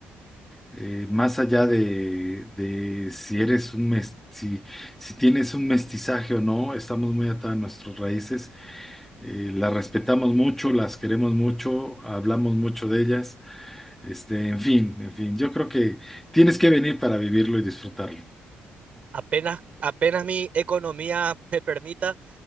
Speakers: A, in the centre; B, on the right.
A: eh, más allá de, de si eres un mes- si, si tienes un mestizaje o no, estamos muy atados a nuestras raíces, eh, las respetamos mucho, las queremos mucho, hablamos mucho de ellas, este, en fin, en fin, yo creo que tienes que venir para vivirlo y disfrutarlo.
B: Apenas, apenas mi economía me permita,